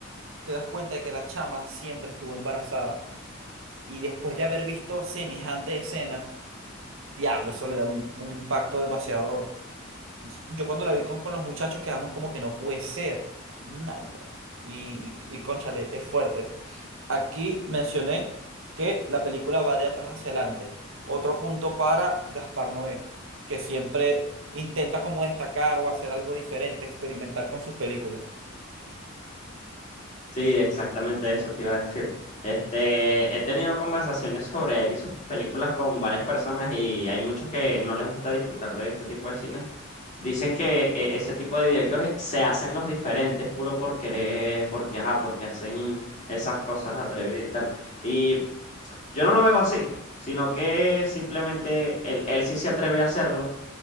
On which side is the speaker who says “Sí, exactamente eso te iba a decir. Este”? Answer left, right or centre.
Left